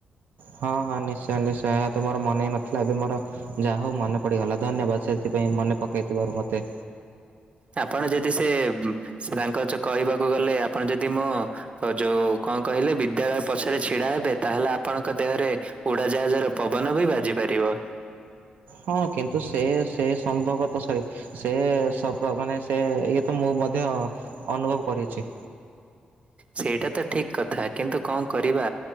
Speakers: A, on the right (about 80°); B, on the right (about 40°).
A: ହଁ ହଁ ନିଶ୍ଚୟ ନିଶ୍ଚୟ ଏହା ତ ମୋର ମନେ ହିଁ ନଥିଲା ଏବେ ମୋର ଯାହୋଉ ମନେ ପଡିଗଲା ଧନ୍ୟବାଦ ସେଇଥିପାଇଁ ମନେ ପକେଇଥିବାରୁ ମତେ।
B: ଆପଣ ଯଦି ସେ ଉଁ ସ୍ ତାଙ୍କ ଯ କହିବାକୁ ଗଲେ ଆପଣ ଯଦି ମୁଁ ତ ଯୋଉ କଣ କହିଲେ ବିଦ୍ୟାଳୟ ପଛରେ ଛିଡା ହେବେ ତାହେଲେ ଆପଣଙ୍କ ଦେହରେ ଉଡାଜାହାଜର ପବନ ବି ବାଜି ପାରିବ।
A: ହଁ କିନ୍ତୁ ସେ ସେ ସମ୍ଭବତ ସଳି ସେ ସପ ମାନେ ସେ ଇଏ ତ ମୁଁ ମଧ୍ୟ ଅନୁଭବ କରିଅଛି।
B: ସେଇଟା ତ ଠିକ କଥା କିନ୍ତୁ କଣ କରିବା